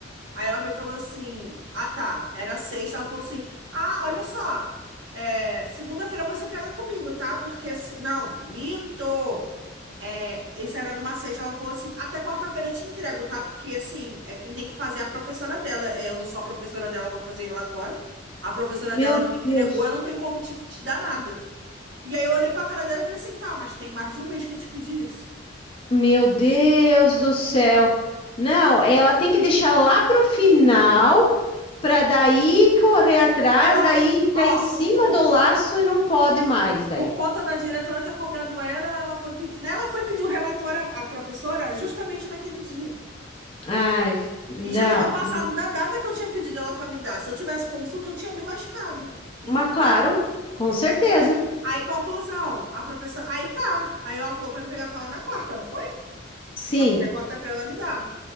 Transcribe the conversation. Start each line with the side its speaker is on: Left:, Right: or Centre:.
Right: Aí ela veio e falou assim, ah tá, era sexta, ela falou assim, ah, olha só, é... segunda-feira você pega comigo, tá? Porque, se- não, minto! É, isso era numa sexta, ela falou assim, até quarta-feira eu te entrego, tá? Porque, assim, é quem tem que fazer é a professora dela. É, eu não sou a professora dela para fazer relatório. A professora
Left: Meu
Right: dela não me entregou,
Left: Deus.
Right: eu não tenho como te, te dar nada. E aí eu olhei pra cara dela e falei assim, tá, mas tem mais de um mês que eu te pedi isso.
Left: Meu Deus do céu. Não, ela tem que deixar lá pro final para daí correr atrás,
Right: Ela,
Left: daí
Right: fo-
Left: tá
Right: ó,
Left: em cima
Right: por, por,
Left: do laço e não pode mais daí.
Right: por conta da diretora ter cobrado ela, ela foi, pedir- ela foi pedir o relatório à, à professora justamente naquele dia.
Left: Ai, não.
Right: E já tinha passado da data que eu tinha pedido ela para me dar. Se eu tivesse consulta, eu tinha me lascado, entendeu?
Left: Mas claro, com certeza.
Right: Aí, conclusão, a professora. Aí tá. Aí ela falou pra me pegar com ela na quarta, não foi?
Left: Sim,
Right: Quarta- Quarta-feira ela me dava.